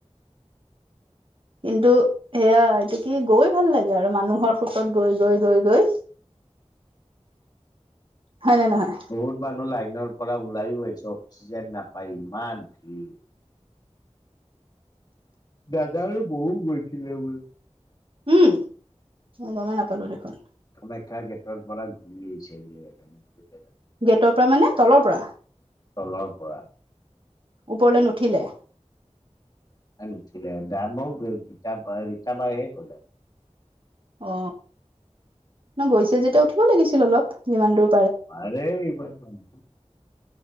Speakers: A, on the right; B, on the left.
A: কিন্তু সেয়া, এটো কি গৈ ভাল লাগে আৰু মানুহৰ সুত গৈ গৈ গৈ গৈ। হয় নে নহয়?
B: বহুত মানুহ লাইনৰ পৰা ওলাইও আহিছে অক্সিজেন নাপায় ইমান ভিৰ। দাদাৰো বহুত গৈছিলে বোলে।
A: উম, মই গমেই নাপালো দেখোন।
B: কামাখ্যা গেটৰ পৰা ঘূৰি আহিছে বোলে।
A: গেটৰ পৰা মানে তলৰ পৰা।
B: তলৰ পৰা
A: ওপৰলৈ নুঠিলে।
B: গীতা ৰীতাবাই হে ক'লে <unintelligible>
A: অ, গৈছে যেতিয়া উঠিব লাগিছিল অলপ যিমান দূৰ।
B: পাৰে এইবাৰ জাম।